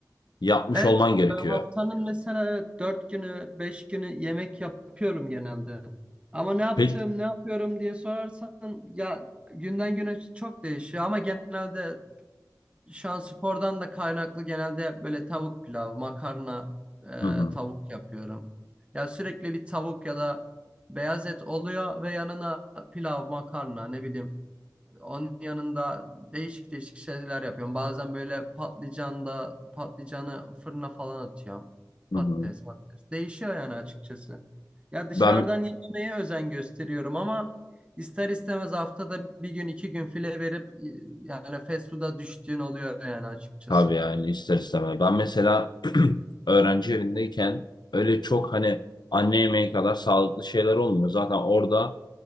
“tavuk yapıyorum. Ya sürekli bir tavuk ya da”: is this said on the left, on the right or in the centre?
Right